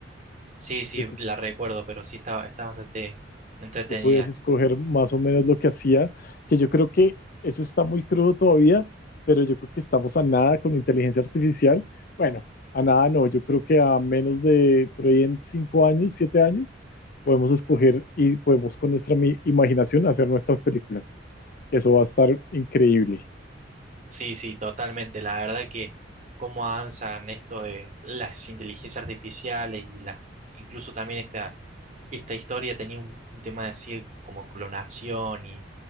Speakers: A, on the right; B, on the left.
A: Sí, sí,
B: que tú
A: la recuerdo, pero sí estaba, estaba bastante entretenida.
B: tú podías escoger más o menos lo que hacía, que yo creo que eso está muy crudo todavía, pero yo creo que estamos a nada con inteligencia artificial. Bueno, a nada no, yo creo que a menos de por ahí en cinco años, siete años, podemos escoger y podemos con nuestra mi- imaginación hacer nuestras películas. Eso va a estar increíble.
A: Sí, sí, totalmente. La verdad que cómo avanzan esto de las inteligencias artificiales y la incluso también esta, esta historia tenía un, un tema así como clonación y